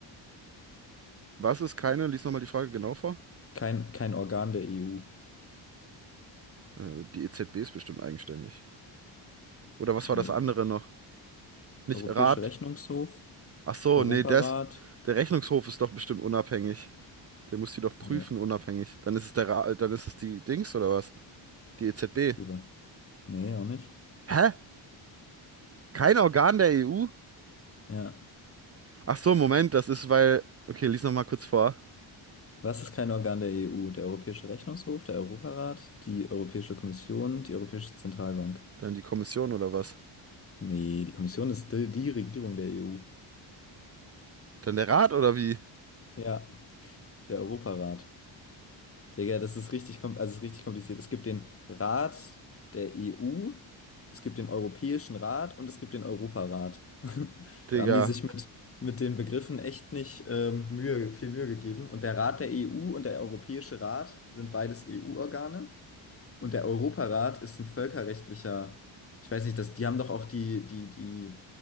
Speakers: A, on the right; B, on the left.
A: Was ist keine? Lies nochmal die Frage genau vor.
B: Kein, kein Organ der EU.
A: Äh, die EZB ist bestimmt eigenständig. Oder was war
B: Nee.
A: das andere noch? Nicht
B: Europäische
A: Rat?
B: Rechnungshof,
A: Ach so,
B: Europarat.
A: nee, der ist, der Rechnungshof ist doch bestimmt unabhängig. Der muss die doch prüfen,
B: Nee,
A: unabhängig. Dann ist es der Ra dann ist es die Dings oder was? Die EZB.
B: lieber. Nee, auch nicht.
A: Hä? Kein Organ der EU?
B: Ja.
A: Ach so, Moment, das ist weil. Okay, lies noch mal kurz vor.
B: Was ist kein Organ der EU? Der Europäische Rechnungshof, der Europarat, die Europäische Kommission, die Europäische Zentralbank.
A: Dann die Kommission oder was?
B: Nee, die Kommission ist die, die Regierung der EU.
A: Dann der Rat oder wie?
B: Ja, der Europarat. Digga, das ist richtig, kom- also es ist richtig kompliziert. Es gibt den Rat der EU, es gibt den Europäischen Rat und es gibt den Europarat. <laughs>
A: Digga.
B: Da haben die sich mit, mit den Begriffen echt nicht ähm, Mühe, viel Mühe gegeben. Und der Rat der EU und der Europäische Rat sind beides EU-Organe. Und der Europarat ist ein völkerrechtlicher, ich weiß nicht, das, die haben doch auch die, die, die